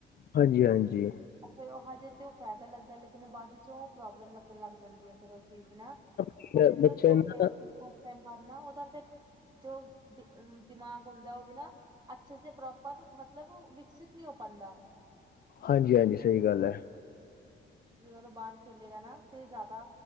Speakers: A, on the left; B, on the right.
A: ਹਾਂਜੀ ਹਾਂਜੀ
B: ਫੇਰ ਉਹ ਹਜੇ ਤੇ ਉਹ ਫਾਇਦਾ ਲੱਗਦਾ ਲੇਕਿਨ ਬਾਅਦ ਚੋਂ ਪ੍ਰੋਬਲਮ ਲੱਗਣ ਲੱਗ ਜਾਂਦੀ ਹੈ, ਫੇਰ ਉਹ ਚੀਜ਼ ਨਾ
A: ਅ,
B: ਹਜੇ ਤੇ
A: ਬੱਚੇ
B: ਉਹ ਚੁੱਪ
A: ਨੂੰ ਨਾ
B: ਟੈਮ ਬਾਦ ਨਾ ਉਹਦਾ ਫਿਰ ਜੋ ਦਿਮਾਗ ਹੁੰਦਾ ਉਹ ਵੀ ਨਾ, ਅੱਛੇ ਸੇ ਪ੍ਰੋਪਰ ਮਤਲਬ ਵਿਕਸਿਤ ਨਹੀਂ ਹੋ ਪਾਦਾ।
A: ਹਾਂਜੀ-ਹਾਂਜੀ ਸਹੀ ਗੱਲ ਹੈ।
B: ਕਿਉਕਿ ਓਦੋਂ ਬਾਹਰ ਖੇਲੇਗਾ ਨਾ ਤੇ ਜ਼ਿਆਦਾ,